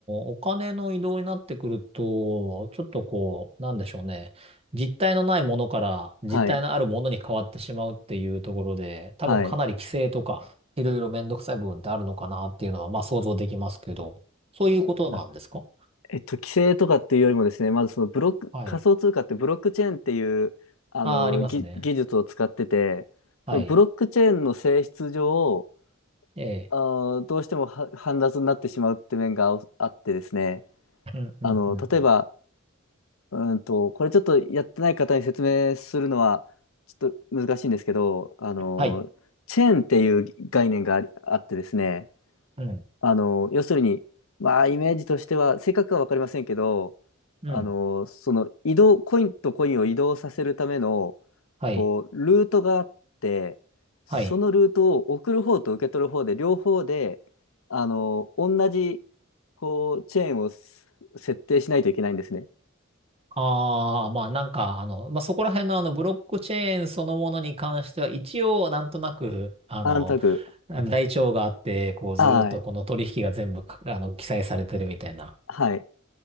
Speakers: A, on the right; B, on the left.
A: お金の移動になってくると、ちょっとこう、なんでしょうね。実体のないものから実体のあるものに変わってしまうっていうところで、
B: はい。
A: 多分かなり規制とか、
B: はい。
A: いろいろめんどくさい部分ってあるのかなっていうのは、まあ想像できますけど、そういうことなんですか
B: あえっと、規制とかっていうよりもですね、まずそのブロック、
A: はい。
B: 仮想通貨ってブロックチェーンっていう、あの、
A: ああ、ありますね。
B: 技、技術を使ってて、
A: はい。
B: そのブロックチェーンの性質上、
A: ええ。
B: あー、どうしてもは煩雑になってしまうって面があってですね、
A: うん、うん、
B: あの、
A: うん、
B: 例えば、
A: うん。
B: うーんと、これちょっとやってない方に説明するのは、ちょっと難しいんですけど、あの、
A: はい。
B: チェーンっていう概念がありあってですね、
A: うん、
B: あの、要するに、まあ、イメージとしては、正確かは分かりませんけど、
A: うん。
B: あの、その移動、コインとコインを移動させるための、
A: はい。
B: こう、ルートがあって、そのルートを送る方と受け取る方で、
A: はい。
B: 両方で、あの、同じ、こう、チェーンをす設定しないといけないんですね。
A: ああ、まあなんか、あの、まあそこら辺のあのブロックチェーンそのものに関しては一応なんとなく、あの、
B: 安卓。
A: 台帳があって、こうずーっとこの取引が全部か、
B: はい。
A: あの、記載されてるみたいな。
B: はい。